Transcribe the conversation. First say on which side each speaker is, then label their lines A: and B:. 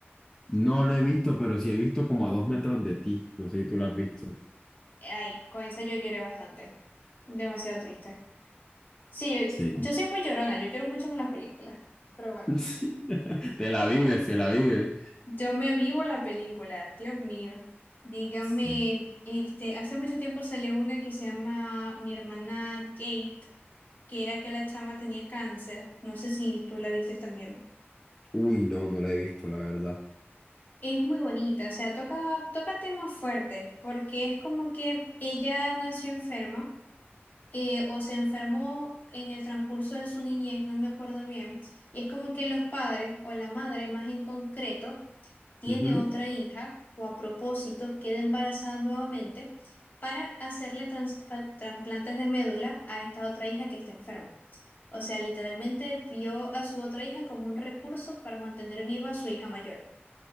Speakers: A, on the left; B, on the left.
A: No lo he visto, pero sí he visto como a dos metros de ti. No sé si tú la has visto.
B: Ay, con esa yo lloré bastante. Demasiado triste. Sí,
A: Sí.
B: yo,
A: <laughs>
B: yo soy muy llorona, yo lloro mucho con las películas. Pero bueno,
A: Sí. Te la vives, te la vives.
B: yo me vivo la película, Dios mío. Dígame,
A: Sí.
B: este, hace mucho tiempo salió una que se llama Mi hermana Kate, que era que la chama tenía cáncer. No sé si tú la viste también.
A: Uy, no, no la he visto, la verdad.
B: Es muy bonita, o sea, toca, toca temas fuertes, porque es como que ella nació enferma. eh, o se enfermó en el transcurso de su niñez, no me acuerdo bien. Y es como que los padres o la madre más en concreto tiene
A: Ujú.
B: otra hija o a propósito queda embarazada nuevamente para hacerle trans- fa- trasplantes de médula a esta otra hija que está enferma. O sea, literalmente vio a su otra hija como un recurso para mantener viva a su hija mayor.